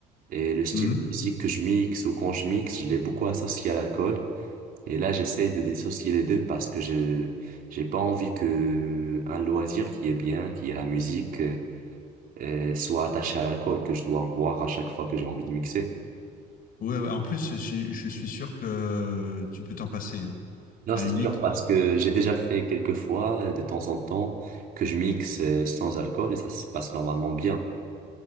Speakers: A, on the right; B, on the left.
A: et le style
B: Mhm.
A: de musique que je mixe ou quand je mixe, je l'ai beaucoup associé à l'alcool. Et là, j'essaie de dissocier les deux parce que je j'ai pas envie que un loisir qui est bien, qui est la musique. euh, euh, soit attaché à l'alcool que je dois boire à chaque fois que j'ai envie de mixer.
B: Ouais, ouais, En plus, je, suis je suis sûr que tu peux t'en passer. hein.
A: Non,
B: À
A: c'est
B: la limite,
A: Ouais. sûr, parce que j'ai déjà fait quelques fois, euh, de temps en temps, que je mixe euh, sans alcool et ça se passe normalement bien.